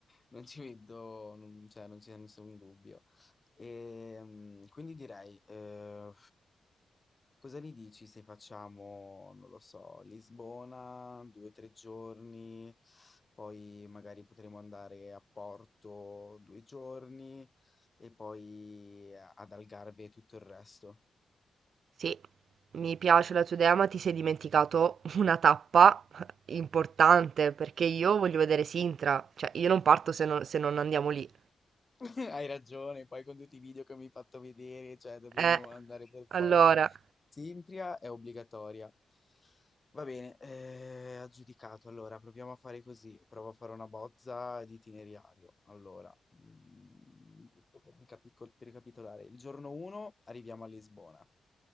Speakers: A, on the left; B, on the right.
A: non ci vedo, non, cioè, non c'è nessun dubbio. E, mm, quindi direi, eh, cosa ne dici se facciamo, non lo so, Lisbona, due o tre giorni, poi magari potremo andare a Porto due giorni e poi eh, ad Algarve tutto il resto.
B: Sì, mi piace la tua idea, ma ti sei dimenticato una tappa importante, perché io voglio vedere Sintra, cioè io non parto se non se non andiamo lì.
A: <laughs> Hai ragione, poi con tutti i video che mi hai fatto vedere, cioè dobbiamo
B: Eh,
A: andare per
B: allora,
A: forza. Sintria è obbligatoria. Va bene, eh, aggiudicato. Allora, proviamo a fare così. Provo a fare una bozza di itinerario. Allora, mm, giusto per ricapico- per ricapitolare. Il giorno 1 arriviamo a Lisbona.